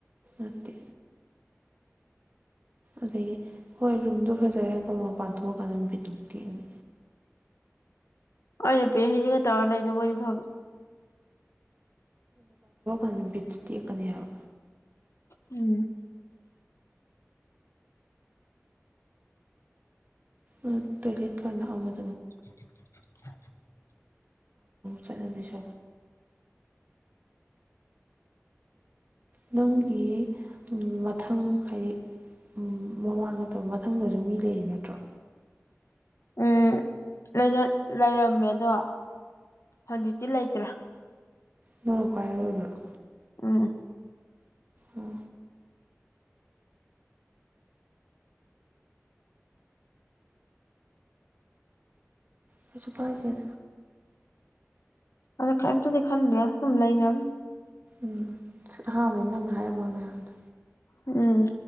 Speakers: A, on the right; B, on the left.
A: ꯑꯠꯇꯦ ꯑꯗꯒꯤ ꯍꯣꯏ ꯔꯨꯝꯗꯣ ꯐꯖꯔꯦꯅ ꯀꯜꯂꯣ ꯃꯄꯥꯟꯊꯣꯛꯑꯀꯥꯟꯗ ꯕꯤꯠ ꯑꯃꯨꯛ ꯇꯦꯛꯑꯅꯤ
B: <inaudible>
A: ꯑꯗꯨꯅꯦ ꯕꯤꯠꯁꯨ ꯇꯦꯛꯀꯅꯤ ꯍꯥꯏꯕ
B: ꯎꯝ
A: ꯎꯝ ꯇꯣꯏꯂꯦꯠ ꯈꯔ ꯅꯛꯑꯝꯃꯗꯤ
B: <unintelligible>
A: ꯆꯠꯂꯗꯤ <inaudible> ꯅꯪꯒꯤ ꯃꯊꯪ ꯍꯥꯏꯗꯤ ꯎꯝ ꯃꯃꯥꯡ ꯅꯠꯇꯕ ꯃꯊꯪꯗꯁꯨ ꯃꯤ ꯂꯩꯔꯤ ꯅꯠꯇ꯭ꯔꯣ
B: ꯎꯝ ꯂꯩꯔꯛ ꯂꯩꯔꯝꯃꯦ ꯑꯗꯣ ꯍꯧꯖꯤꯛꯇꯤ ꯂꯩꯇ꯭ꯔꯦ
A: ꯑꯪꯅ ꯈꯋꯥꯏ ꯑꯔꯣꯏꯕꯔꯣ
B: ꯎꯝ
A: ꯑꯣ ꯀꯩꯁꯨ ꯀꯥꯏꯗꯦꯗ
B: ꯑꯗꯣ ꯀꯤꯝꯇꯗꯤ ꯈꯟꯗ꯭ꯔꯦꯗ ꯁꯨꯝ ꯂꯩꯔꯕꯅꯤꯅ
A: ꯎꯝ ꯑꯁ ꯑꯍꯥꯟꯕꯗꯤ ꯅꯪꯅ ꯍꯥꯏꯔꯝꯕ ꯃꯌꯥꯝꯗꯣ
B: ꯎꯝ